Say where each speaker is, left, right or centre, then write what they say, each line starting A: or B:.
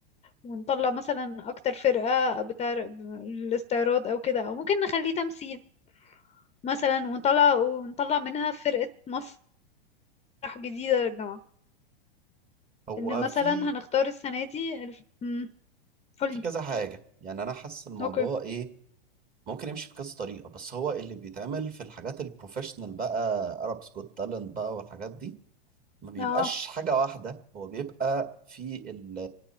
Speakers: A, on the left; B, on the right.
A: ونطلع مثلا اكتر فرقة بتاع الاستعراض او كده او ممكن نخليه تمثيل مثلا ونطلع ونطلع منها فرقة مسرح جديدة للجامعة
B: هو
A: ان مثلا
B: في
A: هنختار السنة دي الف... مم. قولي
B: في كذا حاجة يعني أنا حاسس الموضوع
A: اوكي
B: إيه ممكن يمشي بكذا طريقة بس هو اللي بيتعمل في الحاجات البروفيشنال بقى أرب سكوت تالنت بقى والحاجات دي ما بيبقاش
A: اه
B: حاجة واحدة هو بيبقى في ال